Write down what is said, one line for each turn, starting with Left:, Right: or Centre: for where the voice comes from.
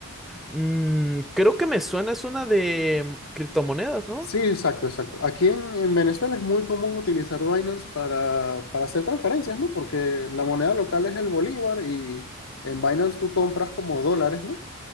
Centre: Mm, creo que me suena, es una de criptomonedas, ¿no?
Left: Sí, exacto, exacto. Aquí en, en Venezuela es muy común utilizar Binance para, para hacer transferencias, ¿no? Porque la moneda local es el bolívar y en Binance tú compras como dólares, ¿no?